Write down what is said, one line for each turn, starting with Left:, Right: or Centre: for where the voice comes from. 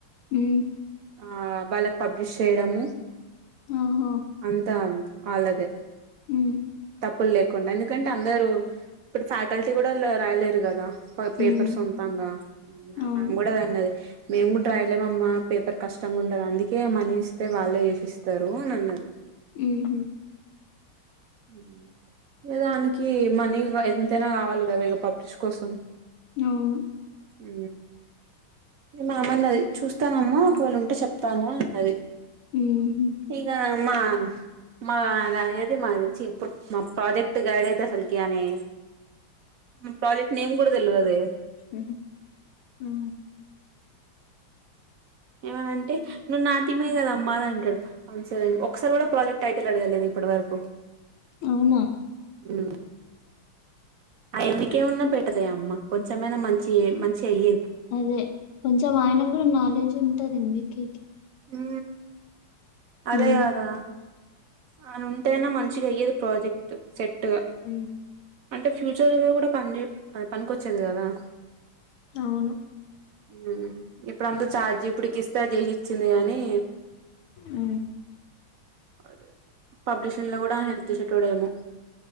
Left: ఉ
Right: ఆ వాళ్ళ పబ్లిష్ చేయడము.
Left: అహో
Right: అంతా ఆళ్ళదే
Left: ఊ
Right: తప్పుల్ లేకుండ, ఎందుకంటే అందరూ ఇప్పుడు ఫ్యాకల్టీ కూడ లు రాయలేరు గదా. ప పేపర్స్
Left: హ్మ్.
Right: సొంతంగా ఆ
Left: అవును.
Right: మ్యామ్ కు డద అన్నది మేం కూడ్ డ్రాయలేమమ్మా, పేపర్ కష్టంగ ఉండది అందుకే మనీ ఇస్తే వాళ్ళే చేసిస్తర్. రూ అన్ అన్నది.
Left: ఉహు
Right: ఉ ఏ దానికి మనీ వ ఎంతైనా కావాలి గదా ఇగ పబ్లిష్ కోసం.
Left: అవును
Right: ఉ ఇగ మ్యామ్ అన్నది, చూస్తానమ్మా ఒకవేళ ఉంటే చెప్తాను అన్ అన్నది.
Left: ఉహు
Right: ఇగా మా మా గది అది మాది చిపుర్ మా ప్రాజెక్ట్ గైడ్ అయితే అసల్కి ఆనే మా ప్రాజెక్ట్ నేమ్ గూడ తెల్వదే
Left: ఉహు ఆ
Right: ఏమనంటే ను నా టీమ్ ఏ ఏ కదమ్మా అన్ అంటడు. అవును సార్. ఒక్కసారి కూడ ప్రాజెక్ట్ టైటిల్ అడగలేదు ఇప్పటి వరకు.
Left: అవునా
Right: ఉ ఆయమ్మికి ఏమన్న పెట్టదే అమ్మ, కొంచెమైనా మంచి ఎ మంచి చెయ్య
Left: అదే కొంచెం ఆయన కూడా నాలెడ్జ్ ఉంటది మీకే
Right: ఊ అదే
Left: హ్మ్.
Right: కదా ఆయన ఉంటానె మంచిగా అయ్యేది ప్రాజెక్ట్ సెట్ గా
Left: ఊ
Right: అంటే ఫ్యూచర్ గా కూడా పనిజే ఆ పనికొచ్చేది కదా
Left: అవును
Right: ఊ ఇప్పుడు అంతా చార్జిపిటికి ఇస్తే అది ఇచ్చింది గాని
Left: ఊ
Right: అదే పబ్లిషన్ లో కూడా హెల్ప్ చేసేటోడెమో